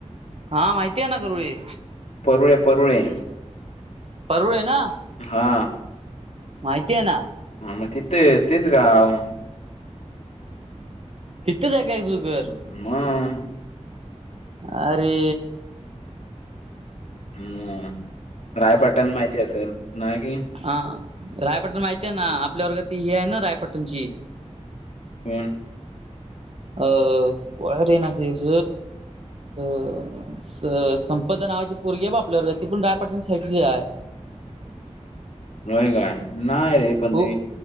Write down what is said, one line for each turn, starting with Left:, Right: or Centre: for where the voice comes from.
Right: हा माहिती आहे ना करुळे.
Left: परुळे, परुळे.
Right: परुळे आहे ना
Left: हा
Right: माहिती आहे ना.
Left: हा, मग तिथेच तेच गाव.
Right: हितच हाय काय तुझं घर.
Left: म
Right: अरे,
Left: हम्म, रायपटण माहिती असेल ना, कि.
Right: हा, रायपटण माहिती आहे ना आपल्या वर्गात ही आहे ना रायपटणची.
Left: कोण?
Right: अह, काय रे नाव तेच अ, स, संपदा नावाची पोरगी ब आपल्या वर्गातली ती पण रायपटन साइटची आहे.
Left: होय काय, नाय रे पण
Right: हो
Left: ते